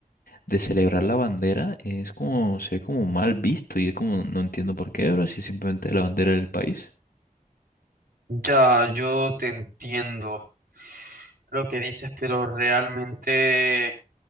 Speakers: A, on the left; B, on the right.
A: de celebrar la bandera es como, se ve como mal visto y es como, no entiendo por qué, bro, si es simplemente la bandera del país.
B: Ya, yo te entiendo lo que dices, pero realmente